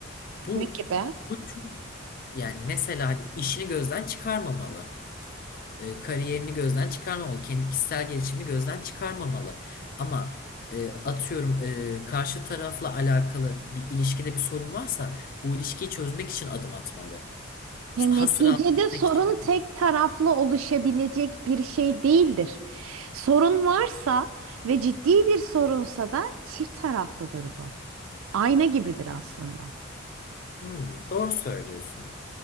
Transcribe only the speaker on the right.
Ne gibi?
Ya neticede
sorun
tek
taraflı oluşabilecek bir şey değildir. Sorun varsa ve ciddi bir sorunsa da çift taraflıdır bu. Ayna gibidir aslında.